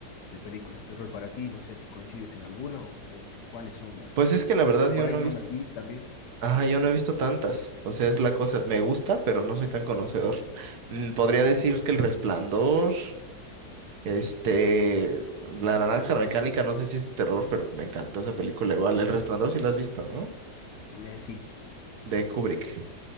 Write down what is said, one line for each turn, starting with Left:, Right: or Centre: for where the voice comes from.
Left: de películas de terror para ti, no sé si coincides en alguna o, o- o cuáles son las
Right: Pues
Left: que,
Right: es que
Left: las
Right: la
Left: que-
Right: verdad yo
Left: por ahí
Right: no
Left: no
Right: he visto...
Left: las vi también.
Right: Ajá, yo no he visto tantas. O sea, es la cosa... Me gusta, pero no soy tan conocedor. Mm, Podría decir que El Resplandor, este... La Naranja Mecánica, no sé si es de terror, pero me encantó esa película igual. El Resplandor sí la has visto, ¿no?
Left: Eh, sí,
Right: De Kubrick.